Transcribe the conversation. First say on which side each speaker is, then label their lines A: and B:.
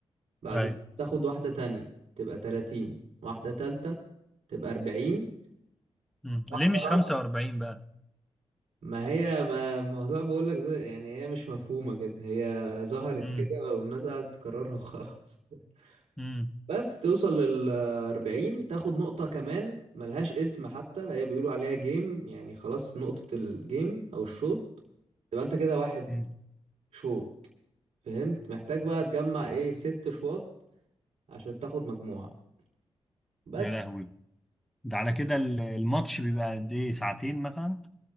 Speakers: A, on the right (about 85°); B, in the centre.
A: بعد
B: ايوه
A: كده تاخد واحدة تانية تبقى 30 واحدة تالتة تبقى 40
B: امم
A: واحدة
B: ليه مش 45
A: رابعة
B: بقى
A: ما هي ما الموضوع بقول لك زي يعني هي مش مفهومة كده هي ظهرت
B: امم
A: كده والناس قعدت تكررها وخلاص <laughs>
B: امم
A: بس توصل لل 40 تاخد نقطة كمان ملهاش اسم حتى هي بيقولوا عليها جيم يعني خلاص نقطة الجيم أو الشوط تبقى أنت كده واحد
B: امم
A: شوط فهمت محتاج بقى تجمع إيه ست شواط عشان تاخد مجموعة بس
B: يا لهوي ده على كده ال- الماتش بيبقى قد ايه ساعتين مثلا